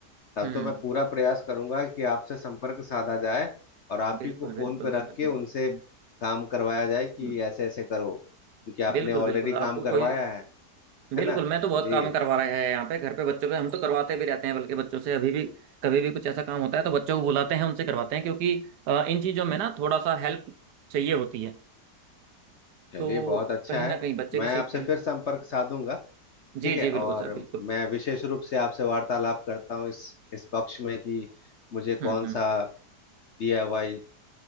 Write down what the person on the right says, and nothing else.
हम्म
बिल्कुल
बिल्कुल
सर
बिल्कुल
हम्म,
बिल्कुल
बिल्कुल
आपको
कोई
बिल्कुल
मैं तो बहुत
काम करवा रहे हैं यहाँ पे घर पे बच्चों पे हम तो करवाते भी रहते हैं बल्कि बच्चों से अभी भी कभी भी कुछ ऐसा काम होता है तो बच्चों को बुलाते हैं उनसे करवाते हैं क्योंकि अ, इन चीज़ों में ना थोड़ा सा हेल्प चाहिए होती है
तो
कहीं ना
कहीं बच्चे भी
सीखते
हैं
जी
जी बिल्कुल
सर बिल्कुल
हम्म हम्म